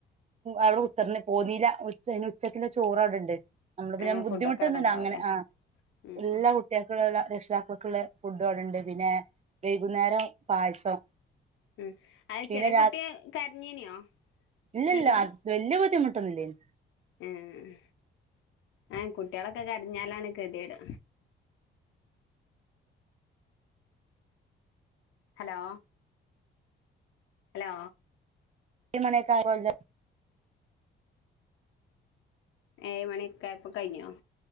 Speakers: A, on the right; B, on the left.
A: അവിടെ കുത്ത്ർന്ന്. പോന്നീല ഉച്ച ഉച്ചക്കുള്ള ചോറ് അവിടെണ്ട് നമ്മള് പിന്നെ
B: ഏ
A: ബുദ്ധിമുട്ടൊന്നുംല്ല
B: ഫുഡൊക്കെ അവിടെ ഇണ്ടാവൂലേ
A: അങ്ങനെ ആ
B: ഉം
A: എല്ലാ കുട്ടി കുട്ടികൾക്കുള്ള രക്ഷിതാക്കൾക്കുള്ള ഫുഡും അവിടെണ്ട് പിന്നെ വൈകുന്നേരം പായസം
B: ഉം അത്
A: പിന്നെ
B: ചെറിയ കുട്ടി കരഞ്ഞീനിയോ
A: ഇല്ലില്ല
B: ചെറുത്
A: വല്യ ബുദ്ധിമുട്ടൊന്നുമില്ലേനു
B: ആഹ് ആഹ് കുട്ടികളൊക്കെ കരഞ്ഞാലാണ് ഗതികേട് ഹലോ ഹലോ
A: മണിയൊക്കെ ആകുല്ലോ
B: ഏഴ് മണിയൊക്കെആയപ്പൊ കഴിഞ്ഞോ